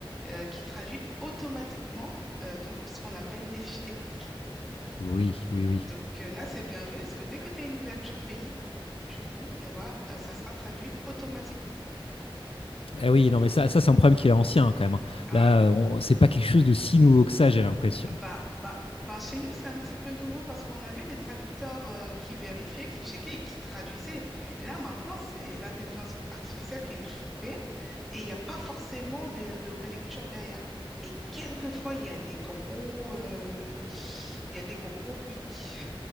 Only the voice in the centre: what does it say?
euh, qui traduit automatiquement euh, donc ce qu'on appelle les fiches techniques.
Donc euh, là, c'est bien joué, parce que dès que tu as une ouverture pays, du coup, on va, euh, ça sera traduit automatiquement.
Ouais.
Bah, bah, bah, chez nous, c'est un petit peu nouveau parce qu'on avait des traducteurs euh, qui vérifiaient, qui checkaient et qui traduisaient. Là, maintenant, c'est l'intelligence artificielle qui le fait et il n'y a pas forcément de, de relecture derrière. Et quelquefois, il y a des gros, euh, il y a des gros hic.